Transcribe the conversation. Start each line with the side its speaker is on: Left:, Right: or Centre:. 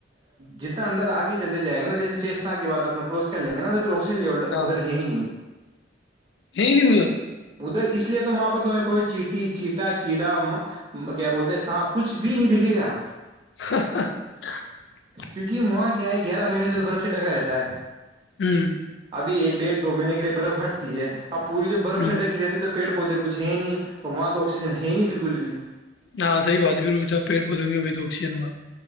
Right: جتنا اندر آگے چلے جائے گا نا جیسے شیشنا کے بد اپ کراس کر لیں گے نا پھروکسیج ل ادھر
Left: ہاں
Right: ہے ہی نہیں
Left: ہے نہیں اورر
Right: ادھر اس لیے تو وہاں پ تمہیں کوئی چیٹی چیٹا کیڑا کیا بولتے سانپ کچھ بھی نہیں دکھے گا
Left: ہ
Right: کیونکہ وہاں کیا ہے گیارہ مہینے سے تو برف ا سے ڈکا رہتا ہے
Left: ہوں
Right: ایک ڈیڑھ دو مہینے کے لیے برف ہٹتی ہے اب پوری جوب برف
Left: ہوں
Right: سے ڈکی رہتی تو پیڑ پودے کچھ ہے نہیں تو وہاں تو آکسیجن ہے ہی نہیں بالکل بھی
Left: ہاں صحی بات ہے ر جب پیڑ پودوں گے ا بھی تو آکسیجن ہوگا